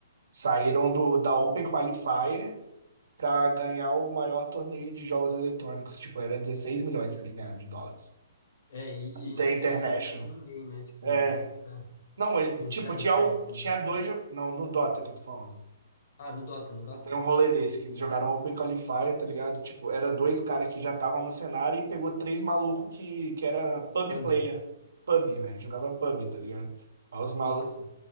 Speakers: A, on the right; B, on the left.
A: Saíram do, da Open Qualifier para ganhar o maior torneio de jogos eletrônicos. Tipo, era 16 milhões que eles ganharam de dólares.
B: É, e,
A: The International.
B: e eles eram ninguém, né? Tipo,
A: É.
B: os caras
A: Não, ele,
B: os
A: tipo,
B: cara
A: tinha,
B: do CS,
A: o, tinha
B: né?
A: dois. jo- Não, no Dota que eu tô falando.
B: Ah, no Dota, no Dota?
A: Tem um rolê desse, que eles jogaram Open Qualifier, tá ligado? Tipo, era dois caras que já estavam no cenário e pegou três malucos que, que era pub
B: Andam.
A: player. Pub, velho. Jogava pub, tá ligado? Aí os malucos.
B: Nossa.